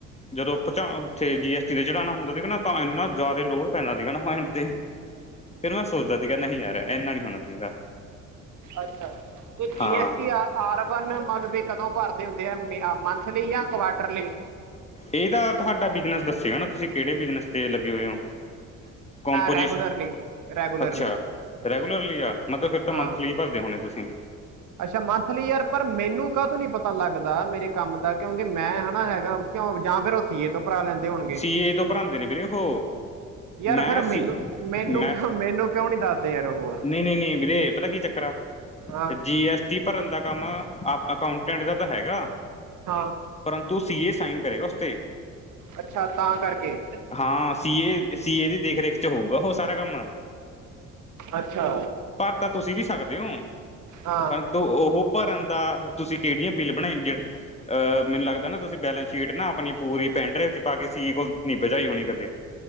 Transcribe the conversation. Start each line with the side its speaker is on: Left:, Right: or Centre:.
Left: ਜਦੋਂ ਪਚਾ੍ਹ ਉੱਥੇ ਜੀ ਐਸ ਟੀ ਤੇ ਚੜਾਣਾ ਹੁੰਦਾ ਸੀਗਾ ਨਾ ਤਾਂ ਇੰਨਾ ਜ਼ਿਆਦਾ ਲੋੜ ਪੈਂਨਾਂ ਸੀਗਾ ਨਾ ਮਾਇੰਡ ਤੇ ਫੇਰ, ਮੈਂ ਸੋਚਦਾ ਸੀਗਾ ਨਹੀਂ ਯਾਰ ਇੰਨਾ ਨੀ ਹੋਣਾ ਚਾਈਦਾ।
Right: ਅੱਛਾ, ਤੇ ਜੀ
Left: ਹਾਂ
Right: ਐਸ ਟੀ ਆ ਆਰਬਨ ਮੱਤਲਵ ਵੀ ਕਦੋਂ ਭਰਦੇ ਹੁੰਦੇ ਐ, ਮੇ ਅ ਮੰਥਲੀ ਯਾ ਕੁਆਟਰਲੀ?
Left: ਏਹ ਤਾਂ ਤੁਹਾਡਾ ਬਿਜਨੇਸ ਦੱਸੇਗਾ ਨਾ ਤੁਸੀਂ ਕੇਹੜੇ ਬਿਜਨਸ'ਤੇ ਲੱਗੇ ਹੋਏ ਔ। ਕੋਮਪੋਜੀਸ਼ਨ,
Right: ਰੈਗੂਲਰਲੀ ਰੈਗੂਲਰਲੀ
Left: ਅੱਛਾ ਰੈਗੂਲਰਲੀ ਆ ਮਤਲਬ ਫੇਰ ਤਾਂ
Right: ਹਾਂ
Left: ਮੰਥਲੀ ਭਰਦੇ ਹੋਣੇ ਤੁਸੀਂ।
Right: ਅੱਛਾ ਮੰਥਲੀ ਯਾਰ ਪਰ, ਮੈਨੂੰ ਕਾਹ ਤੋਂ ਨੀ ਪਤਾ ਲੱਗਦਾ ਮੇਰੇ ਕੰਮ ਦਾ ਕਿਉਂਕਿ ਮੈਂ ਹੈਨਾ ਹੈਗਾ ਕਿਉਂ ਜਾ ਫੇਰ ਓ ਸੀਏ ਤੋਂ ਭਰਾ ਲੈਂਦੇ ਹੋਨੇਂ।
Left: ਸੀ ਏ ਤੋਂ ਭੱਰਾਂਦੇ ਨੇ ਵੀਰੇ ਔਹੋ।
Right: ਯਾਰ
Left: ਮੈਂ
Right: ਫਿਰ
Left: ਸੀ,
Right: ਮੈਨੂੰ ਮੈਨੂੰ
Left: ਮੈਂ
Right: ਕਿਉਂ ਮੈਨੂੰ ਕਿਉਂ ਨਹੀਂ ਦੱਸਦੇ ਯਾਰ ਉਹ
Left: ਨਈ-ਨਈ ਨੀ ਵੀਰੇ, ਪਤਾ ਕੀ ਚੱਕਰ ਆ।
Right: ਹਾਂ
Left: ਤੇ ਜੀ ਐਸ ਟੀ ਭਰਨ ਦਾ ਕੰਮ ਅਕਾਉਂਟੈਂਟ ਦਾ ਤਾਂ ਹੈਗਾ।
Right: ਹਾਂ।
Left: ਪਰੰਤੂ ਸੀ ਏ ਸਾਈਨ ਕਰੇਗਾ ਉਸਤੇ।
Right: ਅੱਛਾ ਤਾਂ ਕਰਕੇ
Left: ਹਾਂ ਸੀ ਏ, ਸੀ ਏ ਦੀ ਦੇਖ-ਰੇਖ'ਚ ਹੋਊਗਾ ਔਹ ਸਾਰਾ ਕੰਮ।
Right: ਅੱਛਾ
Left: ਭਰਤਾਂ ਤੁਸੀਂ ਵੀ ਸਕਦੇ ਓ
Right: ਹਾਂ
Left: ਪਰੰਤੂ ਔਹ ਭਰਨ ਦਾ। ਤੁਸੀਂ ਕੇਹੜੀਆਂ ਬਿੱਲ ਬਣਾਈਂਗੇਅ, ਮੈਨੂੰ ਲੱਗਦਾ ਨਾ ਤੁਸੀਂ ਬੈਲੈਂਸ ਸ਼ੀਟ ਨਾ ਆਪਣੀ ਪੂਰੀ ਪੈਨ ਡਰਾਈਵ। ਤਾਂ ਕੇ ਸੀ ਏ ਕੋਲ ਨੀ ਭਜਾਈ ਹੋਣੀ ਕਦੇ।